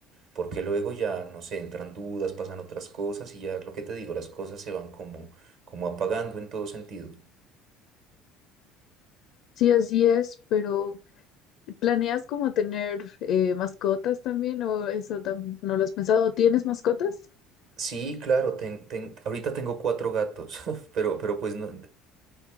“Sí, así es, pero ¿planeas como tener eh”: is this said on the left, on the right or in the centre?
Left